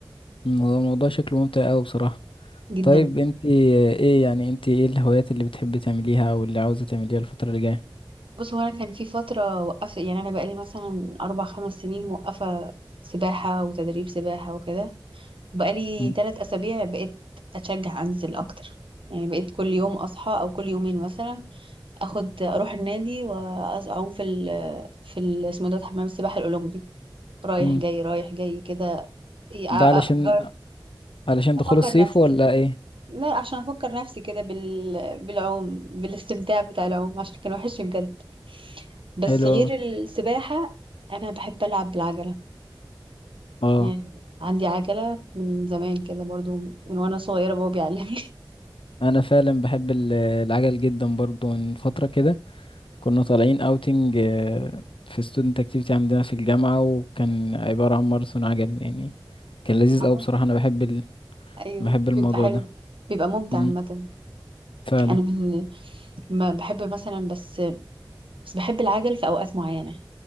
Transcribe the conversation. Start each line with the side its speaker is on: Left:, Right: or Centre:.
Left: مم. هو الموضوع شكله ممتع قوي بصراحة
Right: جدا
Left: طيب انت ايه يعني انت ايه الهوايات اللي بتحبي تعمليها او اللي عاوزة تعمليها الفترة اللي جاية
Right: بص هو انا كان في فترة وقفت يعني انا بقالي مثلا اربع خمس سنين موقفة سباحة وتدريب سباحة وكده بقالي
Left: مم.
Right: تلات أسابيع بقيت أتشجع أنزل أكتر يعني بقيت كل يوم أصحى أو كل يومين مثلا أخد أروح النادي وأعوم في ال في ال اسمه ده حمام السباحة الأولمبي رايح
Left: مم.
Right: جاي رايح جاي كده إيه، أ-
Left: ده
Right: أ-
Left: علشان
Right: أفكر
Left: علشان دخول
Right: أفكر
Left: الصيف
Right: نفسي
Left: ولا ايه
Right: لا عشان أفكر نفسي كده بال بالعوم بالاستمتاع بتاع العوم عشان كان وحشني بجد بس
Left: حلو
Right: غير
Left: اوي
Right: السباحة أنا بحب ألعب بالعجلة
Left: اه
Right: يعني عندي عجلة من زمان كده برضو من وأنا صغيرة بابا بيعلمني
Left: انا فعلا بحب ال- العجل جدا برضو من فترة كده كنا طالعين اوتنج في ستودنت اكتيفيتي عندنا في الجامعة وكان عبارة عن ماراثون عجل يعني كان لذيذ
Right: عليه
Left: اوي بصراحة انا بحب ال...
Right: ايوه
Left: بحب الموضوع
Right: بيبقى حلو
Left: ده
Right: بيبقى ممتع
Left: مم.
Right: عامة
Left: فعلا
Right: انا من ما بحب مثلا بس بس بحب العجل في اوقات معينة